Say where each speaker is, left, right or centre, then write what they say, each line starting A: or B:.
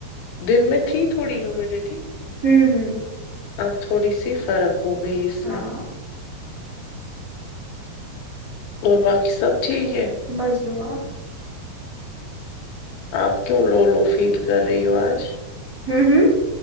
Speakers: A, on the left (about 90°); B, on the right (about 30°).
A: دن میں تھی تھوڑی ہیمیڈیٹی
B: ہوں ہوں
A: اب تھوڑی سی فرق ہو گئی اس
B: ہاں
A: میں اور باقی سب ٹھیک ہے
B: بس دعا
A: آپ کیوں لو لو فیل کر رہی ہو آج
B: ہوں ہوں